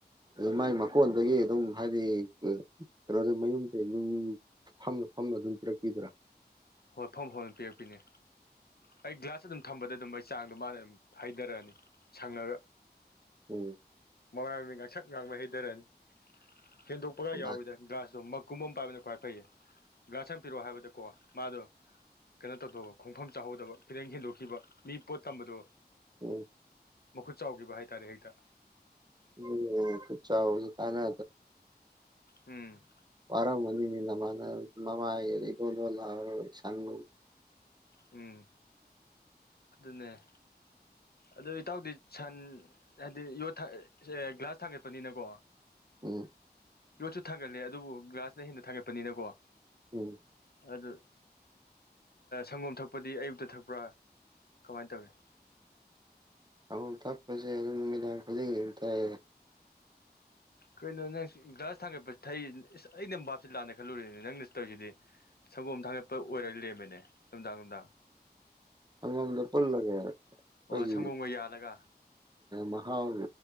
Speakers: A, on the right (about 25°); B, on the left (about 65°).
A: ꯑꯗꯨ ꯃꯥꯏ ꯃꯀꯣꯟꯗꯒꯤ ꯑꯗꯨꯝ ꯍꯥꯏꯗꯤ ꯀꯩꯅꯣ ꯃꯌꯨꯝꯁꯦ ꯐꯝꯂ ꯐꯝꯃ ꯑꯗꯨꯝ ꯄꯤꯔꯛꯄꯤꯗ꯭ꯔꯥ
B: ꯍꯣꯏꯠꯐꯝ ꯍꯣꯔꯅ ꯄꯤꯔꯛꯄꯤꯅꯦ ꯑꯩ ꯒ꯭ꯂꯥꯁ ꯑꯗꯨꯝ ꯊꯝꯕꯗ ꯑꯗꯨꯝ ꯑꯩ ꯆꯥꯡꯗꯣ ꯃꯥꯅ ꯑꯗꯨꯝ ꯍꯥꯏꯩꯊꯔꯛꯑꯅꯤ ꯁꯪꯉꯒ
A: ꯎꯝ
B: ꯃꯃꯥꯏ ꯃꯃꯤ ꯉꯥꯡꯁꯛ ꯉꯥꯡꯕ ꯍꯩꯊꯔꯅꯤ ꯍꯦꯟꯗꯣꯛꯄꯒ
A: ꯎꯝ
B: ꯌꯥꯎꯋꯗꯅ ꯒ꯭ꯂꯥꯁꯇꯣ ꯀꯨꯝꯕꯝ ꯄꯥꯏꯕꯅ ꯈ꯭ꯋꯥꯏ ꯐꯩꯌꯦ ꯒ꯭ꯔꯥꯁ ꯌꯥꯝ ꯄꯤꯔꯣ ꯍꯥꯏꯕꯗꯀꯣ ꯃꯥꯗꯣ ꯀꯩꯅꯣ ꯇꯧꯊꯧꯕ ꯈꯣꯡꯐꯝ ꯆꯥꯍꯧꯗꯕ ꯈꯤꯇꯪ ꯍꯦꯟꯗꯣꯛꯈꯤꯕ ꯃꯤ ꯄꯣꯠ ꯇꯝꯕꯗꯣ
A: ꯎꯝ
B: ꯃꯈꯨꯠ ꯆꯥꯎꯈꯤꯕ ꯍꯥꯏꯇꯥꯔꯦ ꯍꯦꯛꯇ
A: ꯎꯝ ꯆꯥꯎ ꯀꯥꯏꯅ
B: ꯎꯝ
A: ꯋꯥꯔꯥ ꯃꯅꯤꯅꯃꯅ ꯃꯃꯥ ꯑꯦꯗꯣꯜꯗꯜꯂ ꯁꯪ
B: ꯎꯝ ꯑꯗꯨꯅꯦ ꯑꯗꯣ ꯏꯇꯥꯎꯗꯤ ꯁꯟ ꯍꯥꯏꯗꯤ ꯌꯣꯠ ꯒ꯭ꯂꯥꯁ ꯊꯥꯡꯒꯠꯄꯅꯤꯅꯀꯣ
A: ꯎꯝ
B: ꯌꯣꯠꯁꯨ ꯊꯥꯡꯒꯠꯂꯦ ꯑꯗꯨꯕꯨ ꯒ꯭ꯂꯥꯁꯅ ꯍꯦꯟꯅ ꯊꯥꯡꯒꯠꯄꯅꯤꯅꯀꯣ
A: ꯎꯝ
B: ꯑꯗꯨ ꯁꯪꯒꯣꯝ ꯊꯛꯄꯗꯤ ꯑꯌꯨꯛꯇ ꯊꯛꯄ꯭ꯔꯥ ꯀꯃꯥꯏꯅ ꯇꯧꯏꯤ
A: ꯆꯪꯒꯣꯝ ꯊꯛꯄꯁꯦ ꯑꯗꯨꯝ ꯅꯨꯃꯤꯗꯥꯡ ꯈꯨꯗꯤꯡꯒꯤ ꯑꯗꯨꯝ ꯇꯥꯏꯑꯦ
B: ꯀꯩꯅꯣ ꯅꯪ ꯒ꯭ꯔꯥꯁ ꯊꯥꯡꯒꯠꯄꯁꯤ ꯊꯩ ꯑꯁ ꯑꯩꯅꯪ ꯕꯥꯞꯁꯤꯦ ꯂꯥꯟꯑꯅ ꯈꯜꯂꯨꯔꯦꯅꯦ ꯅꯪꯅ ꯇꯧꯔꯤꯁꯤꯗꯤ ꯁꯪꯒꯣꯝ ꯊꯥꯡꯒꯠꯄ ꯑꯣꯏꯔꯒ ꯂꯦꯝꯃꯤꯅꯦ ꯅꯨꯡꯗꯥꯡ ꯅꯨꯡꯗꯥꯡ
A: ꯑꯉꯥꯡꯗ ꯄꯨꯜꯂꯒ ꯄꯩ
B: ꯑꯣ ꯁꯪꯒꯣꯝꯒ ꯌꯥꯜꯂꯒ
A: ꯃꯍꯥꯎ